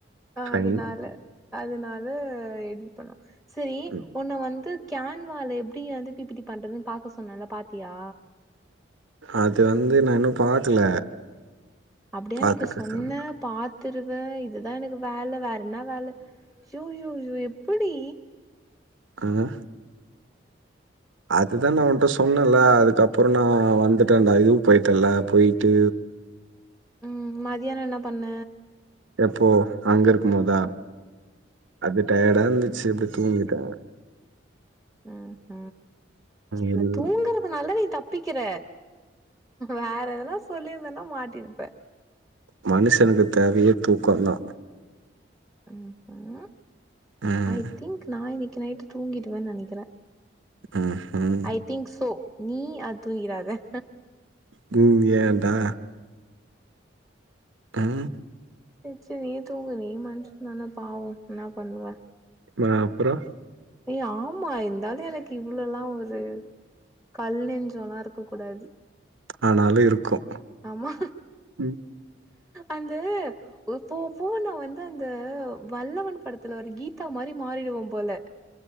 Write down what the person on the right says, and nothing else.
ஃபைன்
ம்
அது வந்து நா இன்னு பாக்கல
பாத்துட்டு
சொல்றேன்.
ஆ அதுதான் நா உன்ட் சொன்னேல அதுக்கப்புறம் நான் வந்துட்டேன்டா இதுவும் போயிட்டேல்ல போயிட்டு
எப்போ அங்க இருக்கும் போதா அது டயடா இருந்துச்சு அப்டி தூங்கிட்ட
இது
மனுஷனுக்குத் தேவையே தூக்கந்தா
ம்.
ம்ஹ்ம். ம்.
தூங்கியேடா உம்
அ அப்புரோ
ஆனாலு இருக்கும்
ம்.